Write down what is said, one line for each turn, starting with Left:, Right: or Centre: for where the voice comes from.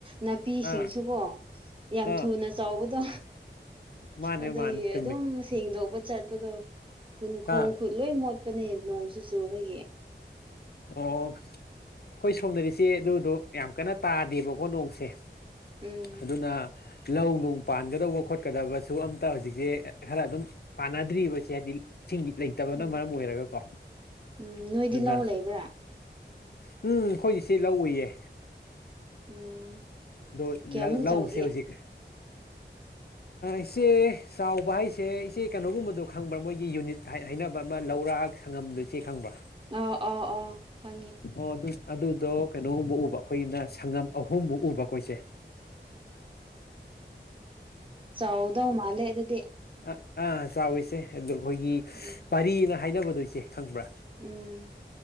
Right: ꯅꯥꯄꯤꯁꯤꯡꯁꯨꯀꯣ
Left: ꯑꯥ
Right: ꯌꯥꯝ
Left: ꯑꯥ
Right: ꯊꯨꯅ ꯆꯥꯎꯕꯗꯣ
Left: ꯃꯥꯅꯦ
Right: ꯑꯗꯨꯗꯒꯤ
Left: ꯃꯥꯅꯦ ꯆꯨꯝꯃꯤ
Right: ꯑꯗꯨꯝ ꯁꯦꯡꯗꯣꯛꯄ ꯆꯠꯄꯗꯣ ꯈꯨꯟ ꯈꯣꯡ
Left: ꯑꯥ
Right: ꯈꯨꯠ ꯂꯣꯏ ꯃꯣꯠꯄꯅꯦ ꯅꯣꯡꯁꯨ ꯆꯨꯕꯒꯤ
Left: ꯑꯣ ꯑꯩꯈꯣꯏ ꯁꯣꯝꯅꯔꯤꯁꯦ ꯑꯗꯨꯗꯣ ꯌꯥꯝ ꯀꯟꯅ ꯇꯥꯗꯦꯕꯀꯣ ꯅꯣꯡꯁꯦ
Right: ꯎꯝ
Left: ꯑꯗꯨꯅ ꯂꯧ ꯅꯨꯡ ꯄꯥꯟꯒꯗꯧꯕ ꯈꯣꯠꯀꯗꯕꯁꯨ ꯑꯝꯇ ꯍꯧꯖꯤꯛꯁꯦ ꯈꯔ ꯑꯗꯨꯝ ꯄꯥꯟꯅꯗ꯭ꯔꯤꯕꯁꯦ ꯍꯥꯏꯗꯤ ꯏꯁꯤꯡꯒꯤ ꯂꯩꯇꯕꯅ
Right: ꯎꯝ
Left: ꯃꯔꯝ ꯑꯣꯏꯔꯒꯀꯣ
Right: ꯎꯝ ꯅꯣꯏꯗꯤ
Left: ꯑꯗꯨꯅ
Right: ꯂꯧ ꯂꯩꯕ꯭ꯔꯥ
Left: ꯎꯝ ꯑꯩꯈꯣꯏꯒꯤꯁꯤꯦ ꯂꯧ ꯎꯏꯌꯦ
Right: ꯎꯝ
Left: ꯑꯗ‌ꯣ
Right: ꯀꯌꯥꯃꯨꯛ
Left: ꯂꯧ-ꯂꯧꯎꯁꯦ
Right: ꯆꯥꯎꯒꯦ
Left: ꯍꯧꯖꯤꯛ ꯏꯆꯦ ꯆꯥꯎꯕ ꯍꯥꯏꯁꯦ ꯏꯆꯦ ꯀꯩꯅꯣꯒꯨꯝꯕꯗꯣ ꯈꯪꯕ꯭ꯔꯥ ꯃꯣꯏꯒꯤ ꯌꯨꯅꯤꯠ ꯍꯥꯏꯅ-ꯍꯥꯏꯅꯕ ꯑꯃ ꯂꯧꯔꯥꯛ ꯁꯪꯉꯝꯗꯨ ꯏꯆꯦ ꯈꯪꯕ꯭ꯔꯥ
Right: ꯑꯥꯎ-ꯑꯥꯎ-ꯑꯥꯎ ꯐꯪꯉꯦ
Left: ꯑꯣ ꯑꯗꯨ-ꯑꯗꯨꯗꯣ ꯀꯩꯅꯣꯒꯨꯝꯕ ꯎꯕ ꯑꯩꯈꯣꯏꯒꯤꯅ ꯁꯪꯉꯝ ꯑꯍꯨꯝꯃꯨꯛ ꯎꯕ ꯑꯈꯣꯏꯁꯦ
Right: <inaudible> ꯆꯥꯎꯗꯧ ꯃꯥꯜꯂꯦ ꯑꯗꯨꯗꯤ
Left: ꯑꯥ-ꯑꯥ ꯆꯥꯎꯏ ꯏꯆ‌ꯦ ꯑꯗꯣ ꯑꯩꯈꯣꯏꯒꯤ
Right: ꯎꯝ
Left: ꯄꯥꯔꯤꯅ ꯍꯥꯏꯅꯕꯗꯣ ꯏꯆ‌ꯦ ꯈꯪꯕ꯭ꯔꯥ
Right: ꯎꯝ